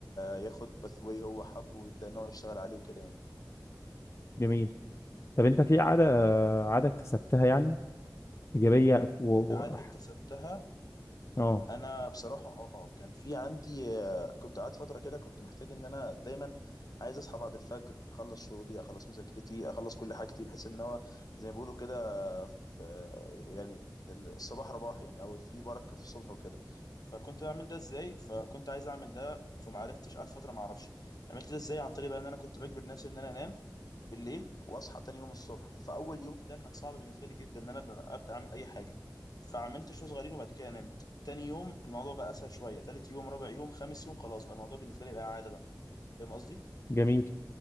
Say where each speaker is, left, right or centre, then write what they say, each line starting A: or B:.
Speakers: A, on the left; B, on the left.
A: ياخد باثواي هو حبه ويبدأ إن هو يشتغل عليه وكده يعني
B: جميل طب أنت في عادة عادة اكتسبتها يعني إيجابية و... و...
A: عادة اكتسبتها
B: آه
A: انا بصراحه اه كان في عندي آه، كنت قاعد فتره كده كنت محتاج ان انا دايما عايز اصحى بعد الفجر اخلص شغلي اخلص مذاكرتي اخلص كل حاجتي بحيث ان هو زي ما بيقولوا كده آه، في آه، يعني ال- الصباح رباح يعني او في بركه في الصبح وكده فكنت بعمل ده ازاي فكنت عايز اعمل ده فما عرفتش قعدت فتره ما اعرفش عملت ده ازاي عن طريق بقى ان انا كنت بجبر نفسي ان انا انام بالليل واصحى تاني يوم الصبح فاول يوم ده كان صعب بالنسبه لي جدا ان انا ابدا أبدأ اعمل اي حاجه فعملت شوية صغيرين وبعد كده انام تاني يوم الموضوع بقى اسهل شويه تالت يوم رابع يوم خامس يوم خلاص بقى الموضوع بالنسبه لي بقى عاده بقى فاهم قصدي
B: جميل